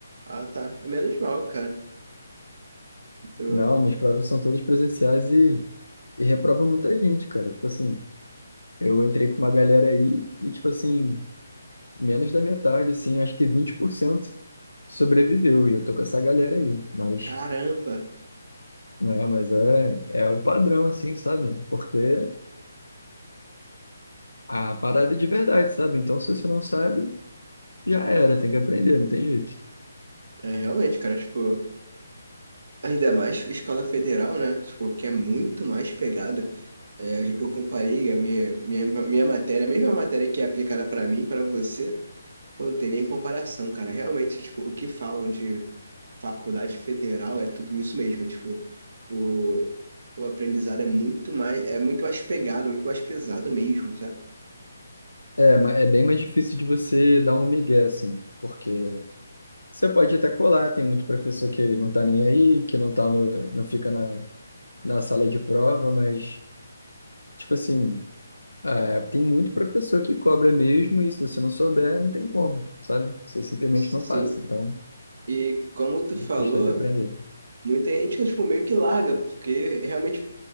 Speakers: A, on the right; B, on the left.
A: Ah, tá. É menos mal, cara. Então,
B: Não, minhas provas são todas presenciais e, e reprova muita gente, cara. Tipo assim, eu entrei com uma galera aí e, tipo assim, menos da metade, assim, acho que 20% sobreviveu. E eu tô com essa galera aí. Mas,
A: caramba.
B: não é, mas é, é o padrão, assim, sabe? Porque a parada é de verdade, sabe? Então, se você não sabe, já era, tem que aprender, não tem jeito.
A: É, realmente, cara, tipo. Ainda mais escola federal, né? Tipo, que é muito mais pegado. É, eu comparei a minha, minha, minha matéria, a mesma matéria que é aplicada para mim, para você, pô, não tem nem comparação, cara. Realmente, tipo, o que falam de faculdade federal é tudo isso mesmo. Tipo, o, o aprendizado é muito mais, é muito mais pegado, muito mais pesado mesmo, sabe?
B: É, ma- é bem mais difícil de você dar um migué, assim, porque Você pode até colar, tem muito professor que não tá nem aí, que não tá no, não fica na, na sala de prova, mas, tipo assim, é, tem muito professor que cobra mesmo, e se você não souber, não tem como, sabe? Você simplesmente
A: Sim.
B: não passa, então,
A: E como tu falou,
B: questão de aprender.
A: muita gente, tipo, meio que larga, porque realmente